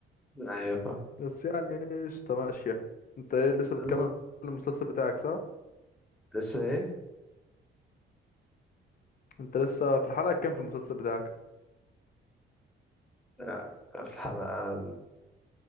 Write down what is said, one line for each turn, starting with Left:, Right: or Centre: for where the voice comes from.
Centre: ايوه فاهم
Left: بس يعني قشطة ماشية انت ايه لسه بتكمل
Centre: بالظبط.
Left: المسلسل بتاعك صح؟
Centre: لسه ايه
Left: انت لسه في الحلقة كام في المسلسل بتاعك؟
Centre: لا، في الحلقه